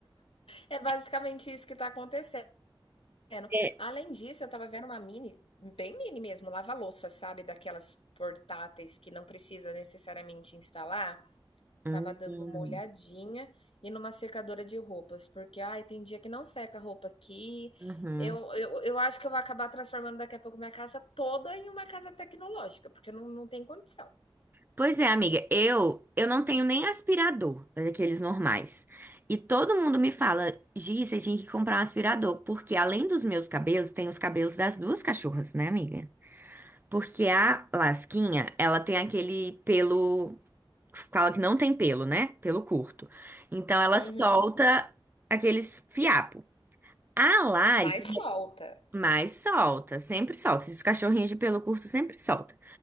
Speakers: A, on the left; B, on the right.
A: É basicamente isso que tá acontecendo. vendo.
B: É.
A: Além disso, eu tava vendo uma mini, bem mini mesmo, lava-louça, sabe? Daquelas portáteis que não precisa necessariamente instalar.
B: Uhum.
A: Tava dando uma olhadinha e numa secadora de roupas, porque ai, tem dia que não seca a roupa aqui.
B: Uhum.
A: Eu, eu, eu acho que eu vou acabar transformando daqui a pouco minha casa toda em uma casa tecnológica, porque não, não tem condição.
B: Pois é, amiga, eu eu não tenho nem aspirador daqueles normais. E todo mundo me fala, Gi, você tinha que comprar um aspirador, porque além dos meus cabelos, tem os cabelos das duas cachorras, né, amiga? Porque a Lasquinha, ela tem aquele pelo, fala que não tem pelo, né? Pelo curto. Então ela
A: Uhum.
B: solta aqueles fiapos. A Lari
A: Mas solta.
B: mais solta, sempre solta. Esses cachorrinhos de pelo curto sempre solta.